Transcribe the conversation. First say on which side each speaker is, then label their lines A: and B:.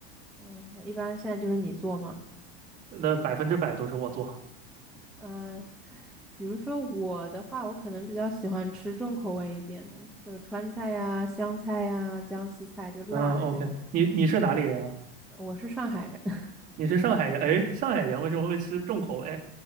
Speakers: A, in the centre; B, on the right.
A: 嗯，那一般现在就是你做吗？
B: 那百分之百都是我做。
A: 嗯、呃比如说我的话，我可能比较喜欢吃重口味一点的，就川菜呀、湘菜呀、江西菜，就辣的这种。
B: 啊，OK，你你是哪里人啊？
A: 呃我是上海人，
B: 你是上海人？哎，上海人为什么会吃重口味？